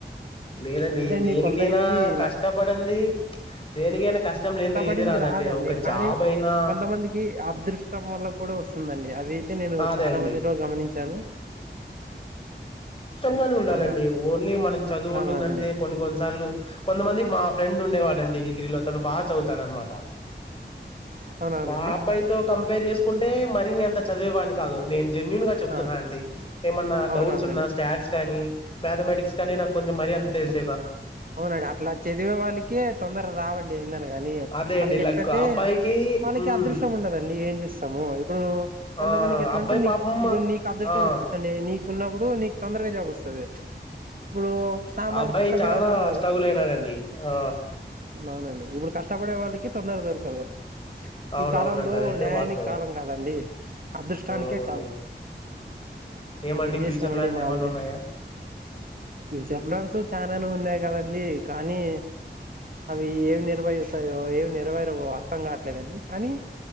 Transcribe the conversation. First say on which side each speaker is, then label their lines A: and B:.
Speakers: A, on the left; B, on the right.
A: లేదండి
B: అంతేండి
A: దేనికైనా
B: కొందరికి, ల
A: కష్టపడంది దేనికైనా కష్టం
B: కష్టపడింది
A: లేనిది ఏది
B: రాదండి
A: ఒక
B: కానీ
A: జాబ్ అయినా
B: కొంతమందికి అదృష్టం వల్ల కూడా వస్తుందండి, అది అయితే నేను
A: అదే
B: చాలా
A: అండి
B: మందిలో గమనించాను.
A: గా ఉండాలండి
B: ఆ
A: ఓన్లీ మనకి చదువు ఒకటి
B: అవునవునండి
A: ఉందంటే కొన్ని కొన్నిసార్లు కొంతమంది మా ఫ్రెండ్ ఉ ఉండే వాడండి డిగ్రీలో తను బాగా చదువుతాడన్నా మాట
B: అవునవునండి
A: ఆ అబ్బాయితో కంపేర్ చేసుకుంటే కుంటే మరి నే అంత చదివేవాని కాదు నేను జెన్యయుూన్ గా చెప్తున్నా
B: ఆ
A: అండి ఏమన్నా
B: అవునవునండి
A: డౌట్స్ ఉన్నా స్టాట్స్ కానీ మ్యాథమెటిక్స్ కానీ నాకు కొంచం మరి అంత తెలెస్
B: అవునండి అట్లా చదివే వాళ్ళకి తొందర రావండి, ఏదైనా గాని
A: అదే
B: వాళ్ళకి
A: అండి
B: ఎట్లంటే
A: లక్ ఆ అబ్బాయికి
B: వాళ్ళకి
A: ఉమ్,
B: అదృష్టం ఉండదండి, ఏం చేస్తాము ఇప్పుడు కొంతమందికి
A: ఆ
B: ఎట్లంటే
A: అబ్బాయి
B: నీ
A: పాపం
B: ఇప్పుడు నీకు అదృష్టం
A: ఆ
B: ఉండి నీకున్న ఇప్పుడు నీకు తొందరగా జాబు వస్తాది ఇప్పుడు నా
A: ఆ
B: మాదిరి
A: అబ్బాయి
B: కష్టపడే
A: చాలా
B: వాళ్ళు ఉం
A: స్ట్రగుల్ అయినాడండి ఆ
B: అవు అవునండి ఇప్పుడు కష్టపడే వాళ్ళకి తొందర దొరకదు
A: అవునవునండి
B: ఈ కాలంలో
A: అదైతే
B: న్యాయానికి
A: వాస్తవమే
B: కాలం కాదండి, అదృష్టానికే
A: అవునండి
B: కాలం,
A: ఏమండి
B: ఏం
A: ఫ్యూచర్
B: చేస్తామండి
A: ప్లాన్స్
B: మామలుగా
A: ఏమన్నా ఉన్నాయా
B: ఫ్యూచర్ ప్లాన్స్ చాననే ఉన్నాయి. కానీ అవి ఏవ నిర్భయతయో ఏవం నెరవేర అర్థం కావట్లేదండి కానీ